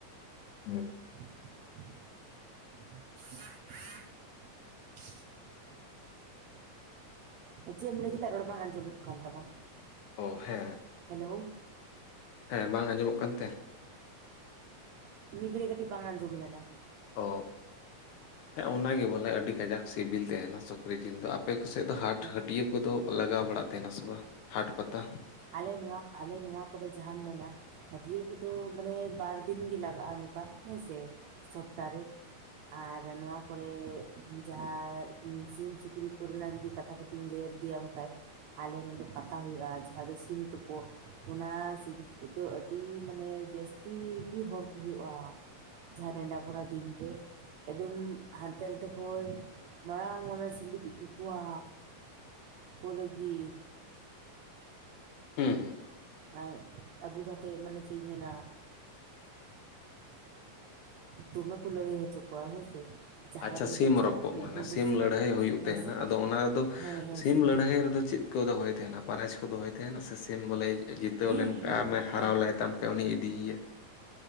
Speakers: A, on the left (about 70°); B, on the right (about 70°).
A: <unintelligible>
B: <unintelligible> ᱪᱮᱫ ᱮᱢ ᱞᱟᱹᱭ ᱠᱮᱫᱟ ᱨᱚᱲ ᱵᱟᱝ ᱟᱸᱡᱚᱢᱚᱜ ᱠᱟᱱ ᱛᱟᱢᱟ
A: ᱚ ᱦᱮᱸ
B: ᱦᱮᱞᱳ
A: ᱦᱮᱸ ᱵᱟᱝ ᱟᱸᱡᱚᱢᱚᱜ ᱠᱟᱱ ᱛᱮ
B: ᱢᱤᱫ ᱜᱷᱟ. ᱲᱤ ᱠᱟᱹᱴᱤᱡ ᱵᱟᱝ ᱟᱡᱚᱢ ᱞᱮᱱᱟ
A: ᱚ ᱦᱮᱸ ᱚᱱᱟ ᱜᱮ ᱵᱚᱞᱮ ᱟᱹᱰᱤ ᱠᱟᱡᱟᱠ ᱥᱤᱵᱤᱞ ᱛᱟᱦᱮᱱᱟ ᱥᱚ ᱠᱨᱤ ᱡᱤᱞ ᱫᱚ ᱟᱯᱮ ᱠᱚ ᱥᱮᱫ ᱫᱚ ᱦᱟᱴ
B: ᱦᱮᱸ
A: ᱦᱟᱹᱴᱤᱭᱟᱹ ᱠᱚᱫᱚ ᱞᱟᱜᱟᱣ ᱵᱟᱲᱟᱜ ᱛᱟᱦᱮᱱᱟ ᱥᱮ ᱵᱟᱝ ᱦᱟᱴ ᱯᱟᱛᱟ
B: ᱟᱞᱮ ᱱᱚᱣᱟ ᱟᱞᱮ ᱱᱚᱣᱟ ᱠᱚᱨᱮ ᱡᱟᱦᱟᱸᱢ ᱢᱮᱱᱟ ᱦᱟᱹᱴᱭᱟᱹ ᱠᱚᱫᱚ ᱢᱟᱱᱮ ᱵᱟᱨ ᱫᱤᱱ ᱜᱮ ᱞᱟᱜᱟᱜᱼᱟ᱾ ᱱᱚᱠᱟ ᱦᱮᱸᱥᱮ ᱥᱚᱯᱛᱟᱦᱮ ᱟᱨ ᱱᱚᱣᱟ ᱠᱚᱨᱮ ᱡᱟᱦᱟᱸ ᱥᱤᱢ ᱥᱩᱠᱨᱤ ᱠᱚᱨᱮᱱᱟᱜ ᱡᱩᱫᱤ ᱠᱟᱛᱷᱟ <unintelligible> <unintelligible> ᱠᱷᱟᱡ ᱟᱞᱮ ᱱᱚᱰᱮ ᱯᱟᱛᱟ ᱦᱩᱭᱩᱜᱼᱟ ᱡᱟᱦᱟᱸ ᱫᱚ ᱥᱤᱢ ᱛᱩᱯᱩ ᱚᱱᱟ ᱥᱤᱢ ᱛᱩᱯᱩᱫ ᱫᱚ ᱟᱹᱰᱤ ᱢᱟᱱᱮ ᱡᱟᱹᱥᱛᱤ ᱜᱮ ᱦᱚᱲ ᱠᱚ ᱦᱩᱭᱩᱜᱼᱟ᱾ ᱡᱟᱦᱟᱸ ᱱᱮᱰᱟ ᱠᱚᱨᱟ ᱫᱤᱱᱨᱮ ᱮᱠᱫᱚᱢ ᱦᱟᱱᱛᱮ ᱱᱟᱛᱮ ᱠᱷᱚᱡ ᱢᱟᱨᱟᱝ ᱢᱟᱨᱟᱝ ᱥᱤᱸᱰᱤ ᱠᱚ ᱜᱩ ᱠᱚᱣᱟ᱾ ᱯᱚᱨᱮ ᱜᱤ
A: ᱦᱩᱸ ᱦᱩᱸ
B: ᱟᱡ ᱟᱹᱜᱩ ᱠᱟᱛᱮᱫ ᱢᱟᱱᱮ ᱪᱮᱫ ᱤᱧ ᱢᱮᱱᱟ ᱫᱚᱢᱮ ᱠᱚ ᱞᱟᱹᱲᱦᱟᱹᱭ ᱩᱪᱩ ᱠᱚᱣᱟ ᱦᱮᱸᱥᱮ ᱡᱟᱦᱟᱸᱭ
A: ᱟᱪᱪᱷᱟ
B: ᱨᱮᱜᱮ
A: ᱥᱤᱢ
B: ᱡᱟᱦᱟᱸ
A: ᱨᱚᱯᱚᱜ
B: ᱛᱤᱱᱟᱹᱜ ᱞᱟᱹᱴᱩ
A: ᱢᱟᱱᱮ
B: ᱞᱟᱹᱴᱩ
A: ᱥᱤᱢ ᱞᱟᱹᱲᱦᱟᱹᱭ
B: ᱠᱚ
A: ᱦᱩᱭᱩᱜ
B: ᱦᱮᱸ
A: ᱛᱟᱦᱮᱱᱟ᱾
B: ᱥᱤᱢ
A: ᱟᱫᱚ
B: ᱛᱩᱯᱩᱜ
A: ᱚᱱᱟ ᱨᱮᱫᱚ
B: ᱦᱮᱸ ᱦᱮᱸ
A: ᱥᱤᱢ ᱞᱟᱹᱲᱦᱟᱹᱭ
B: ᱛᱩᱯᱩᱜ
A: ᱨᱮᱫᱚ ᱪᱮᱫ? ᱠᱚ ᱫᱚᱦᱚᱭ ᱛᱟᱦᱮᱱᱟ ᱯᱟᱨᱟᱡᱽ ᱠᱚ ᱫᱚᱦᱚᱭ ᱛᱟᱦᱮᱱᱟ ᱥᱮ ᱥᱤᱢ ᱵᱚᱞᱮ ᱡᱤᱛᱟᱹᱣ
B: ᱦᱮᱸ
A: ᱞᱮᱱᱠᱷᱟ
B: ᱦᱮᱸ
A: ᱱᱮ ᱦᱟᱨᱟᱣ
B: ᱮᱠ
A: ᱞᱮᱫ ᱛᱟᱢ ᱠᱷᱟᱡ ᱩᱱᱤᱭ ᱤᱫᱤᱭᱮᱭᱟ ᱾